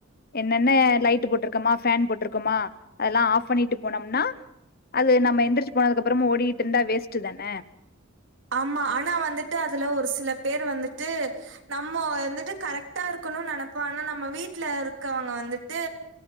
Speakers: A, on the left; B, on the right.
A: என்னென்ன லைட்டு போட்டுருக்கோமா ஃபேன் போட்டுருக்கோமா அதெல்லா ஆஃப் பண்ணிட்டு போனோம்னா அது நம்ம எந்திரிச்சி போனதுக்கப்புறமு ஓடிகிட்டு இருந்தா வேஸ்ட்டு தானே
B: ஆமா ஆனா வந்துட்டு அதுல ஒரு சில பேர் வந்துட்டு நம்ம வந்துட்டு கரெட் டா இருக்கணும்னு நெனப்போம் ஆனா நம்ம வீட்ல இருக்கவங்க வந்துட்டு